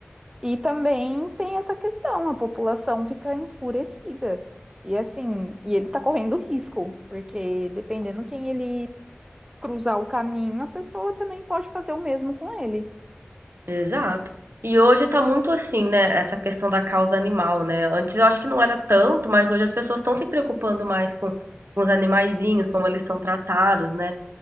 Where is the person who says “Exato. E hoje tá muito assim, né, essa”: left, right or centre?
Right